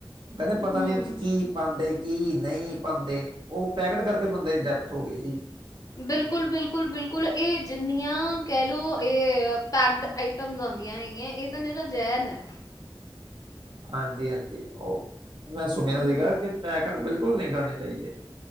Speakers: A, on the right; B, on the left.
A: ਉਹ ਕਹਿੰਦੇ ਪਤਾ
B: ਹੂੰ
A: ਨਹੀਂ ਉੱਥੇ ਵਿਚ ਕੀ ਪਾਉਂਦੇ ਕੀ ਨਹੀਂ। ਪਾਾਂਦੇ ਉਹ ਪੈਕਟ ਕਰਕੇ ਬੰਦੇ ਦੀ ਡੈਥ ਹੋ ਗਈ ਸੀ ਪਾ।
B: ਬਿਲਕੁਲ ਬਿਲਕੁਲ ਬਿਲਕੁਲ ਇਹ ਜਿੰਨੀਆਂ ਕਹਿ ਲਓ ਇਹ ਪੈਕਡ ਆਈ ਟਮ ਜਾਂਦੀਆਂ ਹੈਗੀਆਂ ਇਹ ਤਾਂ ਨਿਰਾ ਜ਼ੈਨ ਹੈ
A: ਹਾਂਜੀ ਹਾਂਜੀ ਉਹ ਮੈਂ ਸੁਣਿਆ
B: ਹੂੰ
A: ਸੀਗਾ
B: ਹੂੰ
A: ਕਿ ਪੈਕਟ ਬਿਲਕੁਲ ਨਹੀਂ ਗਾਣੇ ਚਾਹੀਦੇ।